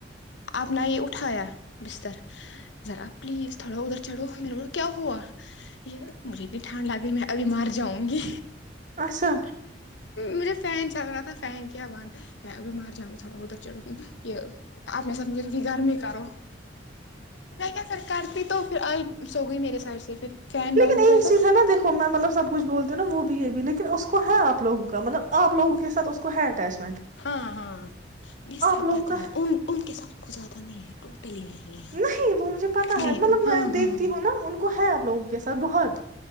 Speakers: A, on the left; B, on the right.
A: آپ نے یہ اٹھایا بستر ذرا پلیز تھوڑا ادھر چڑھو میرے ب کیا ہوا یہ مجھے اتنی ٹھانڈ لگی میں ابھی مار جاؤں گی
B: اچھا
A: مجھے فین چل رہا تھا فین کیا بند میں ابھی مار جاؤں گی تھوڑا ادھر یہ آپ میرے ساتھ مجھے تھوڑی گرمی کرو میں کیا پھر کرتی تو پھر آئی سو گئی میرے سائڈ سے پھر فین
B: لیکن
A: بند
B: ایک
A: کیا تو
B: چیز ہے نا دھو میں مطلب سب کچھ بولتی ہوں نا وہ بھی یہ بھی لیکن اس کو ہے آپ لوگوں کا مطلب آپ لوگوں کے سات اس کو ہے ٹیسٹ
A: ہاں ہاں یہ سھپا
B: لوگوں کا
A: ہے ان ان کے ساتھ کو زیادہ نہیں ہے نہیں ہے
B: نہیں وہ مجھے پتا
A: نہیں
B: ہے مطلب
A: ہاں
B: میں دیکھتی
A: ہاں
B: ہوں نا ان کو ہے آپ لوگوں کے ساتھ بہت